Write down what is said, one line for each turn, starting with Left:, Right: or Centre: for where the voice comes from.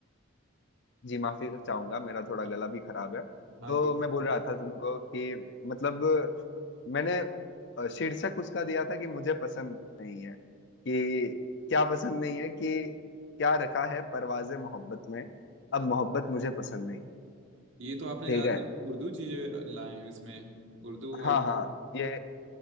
Left: जी माफी चाहूंगा मेरा थोड़ा
Right: हाँ
Left: गला भी खराब है
Right: हाँ
Left: तो
Right: कोई
Left: मैं बोल रहा था तुमको कि मतलब मैंने अ, शीर्षक उसका दिया था कि मुझे पसंद नहीं है कि क्या पसंद नहीं है कि क्या रखा है परवाज़े मोहब्बत में अब मोहब्बत मुझे पसंद नहीं
Right: ये तो आपने
Left: ठीक
Right: ज्यादा
Left: है
Right: उर्दू चीजें लाए हैं इसमें उर्दू
Left: हाँ
Right: अल-
Left: हाँ ये